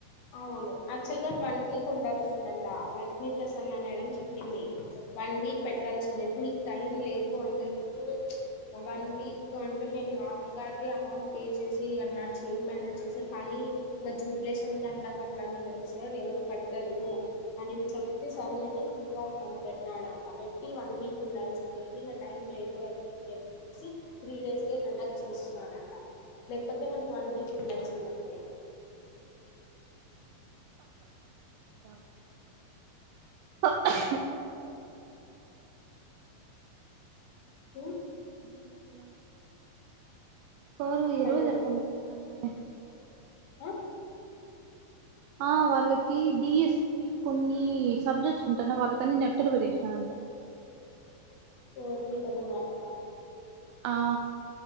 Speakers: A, on the left; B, on the right.
A: ఫోన్ యాక్చువల్గా వన్ వీక్ ఉండాల్సిందంట లక్ష్మీ ప్రసన్న మేడం చెప్పింది వన్ వీక్ పెట్టాల్సిందే మీకు టైం లేదు అందులోన వన్ వీక్ అంటే మేము నార్మల్ గా అయితే అమౌంట్ పే చేసి అన్నా చైర్మన్ వచ్చేసి కానీ ఇ జూబ్లేషన్ ఇ ఎంతా కట్టినా కదండి సార్ ఎవరు కట్టరు అని చెప్తే సర్ అని ఫ్రీగా ఇ పెట్టినాడంట పెట్టి వన్ వీక్ ఉండాల్సి ఉండేది ఇంత టైం లేదు అది ఇది అని చెప్పేసి త్రీ డేస్కే కండక్ట్ చేస్తున్నాడంట లేకపోతే మనకి వన్ వీక్ ఉండాల్సి ఉందండి అది
B: <unintelligible>
A: ఉ
B: ఎనోక్లాస్ కోళ్లు ఈ
A: హలో
B: రోజు ఎ
A: ఆ
B: ఆ వాళ్ళకి డిఎస్పి కొన్ని సబ్జెక్ట్స్ ఉంటా వాళ్ళకన్ని నెప్టర్ చేసినడంట
A: ఓ మీ <inaudible>
B: ఆ